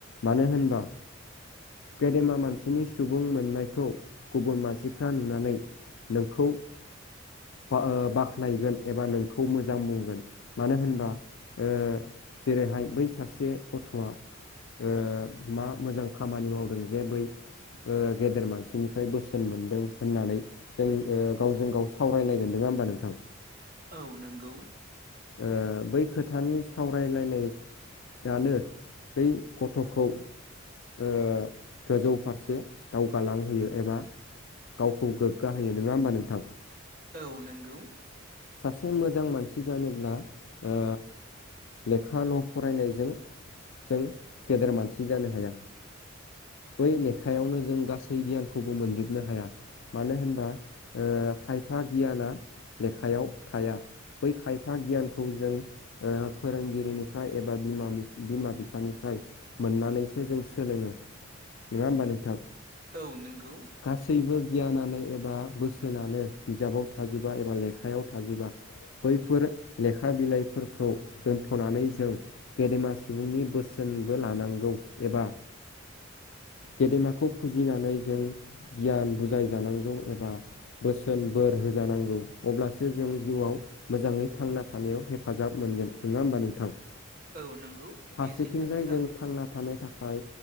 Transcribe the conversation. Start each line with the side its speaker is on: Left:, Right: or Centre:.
Left: मानो होनबा गेदेमा मानसिनि सुबुं मोननायखौ गुबुन मानसिफ्रा नुनानै नोंखौ फा ओ बाख ख्नायगोन एबा नोंखौ मोजां बुंगोन मानो होनबा ओ जेरैहाय बै सासे गथ'आ ओ मा मोजां खामानि मावदों जे बै ओ गेदेर मानसिनिफ्राय बोसोन मोनदों होननानै जों ओ गावजों गाव सावरायलायगोन। नङा होमबा नोंथां?
Right: औ नोंगौ
Left: ओ बै खोथानि सावरायलायनाय यानो बै गथ'खौ ओ गोजौ फारसे दावगालांहोयो एबा गावखौ गोग्गा होयो नङा होमबा नोंथां?
Right: औ नोंगौ।
Left: सासे मोजां मानसि जानोब्ला ओ लेखा ल' फरायनायजों जों गेदेर मानसि जानो हाया। बै लेखायावनो जों गासै गियानखौबो मोनजोबनो हाया। मानो होनबा ओ खायफा गियाना लेखायाव थाया। बै खायफा गियानखौ जों ओ फोरोंगिरिनिफ्राय एबा बिमा बिमा बिफानिफ्राय मोननानैसो जों सोलोङो। नङा होमबा नोंथां?
Right: औ नोंगौ।
Left: गासैबो गियानानो एबा बोसोनानो बिजाबाव थाजोबा एबा लेखायाव थाजोबा। बैफोर लेखा बिलाइफोरखौ दोनथ'नानै जों गेदेमा सुबुंनि बोसोनबो लानांगौ एबा गेदेमाखौ फुजिनानै जों गियान बुजायजानांगौ एबा बोसोन बोर होजानांगौ अब्लासो जों जिउआव मोजाङै थांना थानायाव हेफाजाब मोनगोन नङा होमबा नोंथां?
Right: औ नंगौ
Left: फारसेथिंजाय
Right: बेयो सैथो खोथा
Left: जों थांना थानो थाखाय